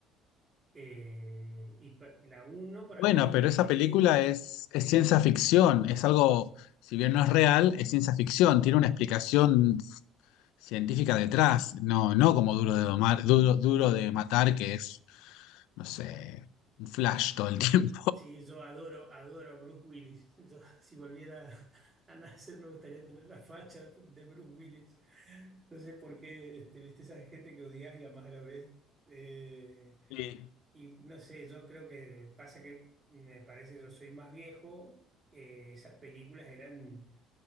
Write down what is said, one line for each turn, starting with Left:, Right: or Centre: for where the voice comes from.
Right: Eh, y pa- la uno para
Left: Bueno,
Right: mí
Left: pero esa
Right: eh,
Left: película
Right: tiene... un-
Left: es, es
Right: Sí.
Left: ciencia ficción, es algo, si bien no es real, es ciencia ficción, tiene una explicación científica detrás, no, no como Duro de domar, duro, duro de matar, que es, no sé, un flash todo el <laughs> tiempo.
Right: Sí, yo adoro, adoro a Bruce Willis. Yo, <laughs> si volviera a nacer, me gustaría tener la facha de Bruce Willis. No sé por qué, este, viste, esa gente que odias y amas a la vez. Eh,
Left: Sí.
Right: y no sé, yo creo que pasa que me parece, yo soy más viejo. eh, esas películas eran